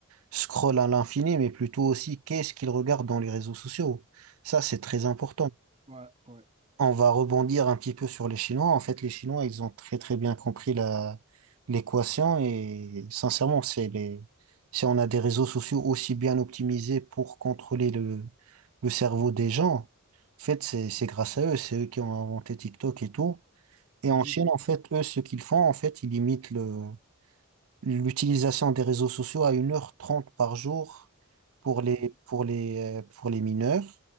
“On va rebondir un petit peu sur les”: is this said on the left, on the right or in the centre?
Right